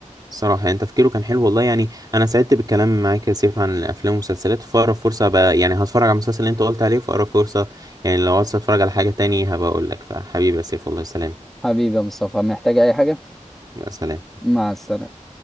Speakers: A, on the right (about 30°); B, in the centre.
A: صراحة يعني تفكيره كان حلو والله يعني انا سعدت بالكلام معاك يا سيف عن الافلام والمسلسلات في اقرب فرصة بقى يعني هتفرج على المسلسل اللي انت قلت عليه في اقرب فرصة يعني لو عايز اتفرج على حاجة تاني هبقى اقول لك فحبيبي يا سيف والله سلام
B: حبيبي يا مصطفى محتاج اي حاجة
A: يا سلام
B: مع السلامة